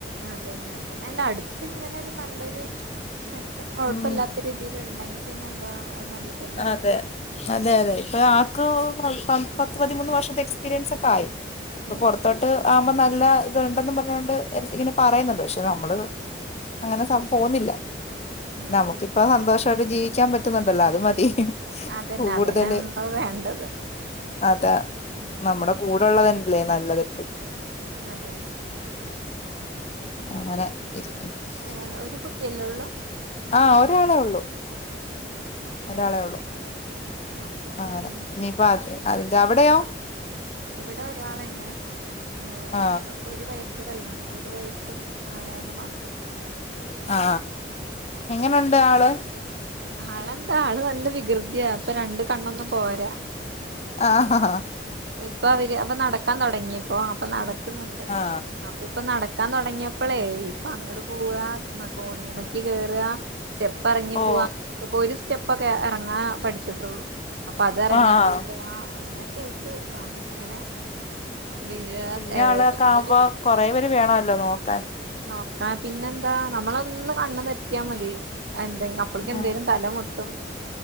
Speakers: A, on the right; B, on the left.
A: അതന്നെ എല്ലാ അടുത്ത് ഇങ്ങനെരു നല്ലൊരു അച്ചം കൊഴപ്പല്ലാത്ത
B: ഉം
A: രീതി ല് ഉണ്ടെങ്കിൽ പിന്നെ എന്താ നല്ലതല്ലോ
B: അതെ അതെ അതെ ഇപ്പൊ ആക്ക് പത്ത് പതിമൂന്ന് വർഷത്തെ എക്സ്പീരിയൻസ് ഒക്കെ ആയി ഇപ്പൊ
A: ഉം
B: പൊറത്തോട്ട് ആവുമ്പോ നല്ല ഇത്ണ്ടെന്ന് പറഞ്ഞോണ്ട് ഇങ്ങനെ പറയുന്നുണ്ട് പക്ഷെ നമ്മള് അങ്ങനെ സം പോുന്നില്ല
A: അത്
B: നമുക്കിപ്പോ
A: ശരി
B: സന്തോഷമായിട്ട് ജീവിക്കാൻ പറ്റുന്നുണ്ടല്ലോ അത് മതി
A: അതന്നെ
B: കൂടുതല്
A: അതന്നെയള്ളോ വേണ്ടത്
B: അതാ
A: ഉം
B: നമ്മുടെ കൂടെള്ളതല്ലേ നല്ലത്
A: അതന്നെ
B: അങ്ങനെ ശരിക് <unintelligible>
A: ഏ ഒരു കുട്ടിയല്ലേ ഒള്ളൂ
B: ആഹ് ഒരാളെ ഉള്ളൂ ഒരാളേ ഉള്ളു
A: ഓക്കെ
B: ആണ്
A: പിന്നെ
B: നീ പാ ത്ത് അവിടെയോ
A: ഇവിടെ ഒരാളെന്നെ ഏഹ്
B: ആ
A: ഹ് ഒരു വയസ്സ് കഴിഞ്ഞു ഒരു വയസ്സും മൂന്ന് മാസും
B: ആ എങ്ങനുണ്ട് ആള്
A: ആളെന്താ ആള് നല്ല വികൃതിയ ഇപ്പൊ രണ്ട് കണ്ണൊന്നും പോരാ
B: ആഹ ആഹാ
A: ഇപ്പൊ അവര് അപ്പ നടക്കാൻ തുടങ്ങിയപ്പോ അപ്പൊ നടക്കുന്നുണ്ട്
B: ആ ആ.
A: അപ്പൊ ഇപ്പൊ നടക്കാൻ തുടങ്ങിയ അപ്പളേ ഇപ്പ അങ്ങോട്ട് പോവാ കോണീ മ്മക്ക് കേറാ സ്റ്റെപ്പ് അറങ്ങി
B: ഓ
A: പോവാ ഇപ്പൊ ഒരു സ്റ്റെപ്പൊക്കെ ഇറങ്ങാ പഠിച്ചിട്ടുള്ളൂ അപ്പൊ അത് അറങ്ങിയ
B: ആഹ്
A: പോയാ അങ്ങനെയൊക്കെ ആഹ് അങ്ങനെ വീഴാ
B: കുഞ്ഞാളൊക്കെ
A: ഏ
B: ആവുമ്പോ
A: <unintelligible>
B: കൊറേ വേണല്ലോ നോക്കാൻ
A: നോക്കാ പിന്നെന്താ നമ്മള ഒന്ന് കണ്ണ് തെറ്റിയാ മതി <unintelligible> അപ്പഴക്കും
B: ഉം
A: എന്തേലും തല മുട്ടും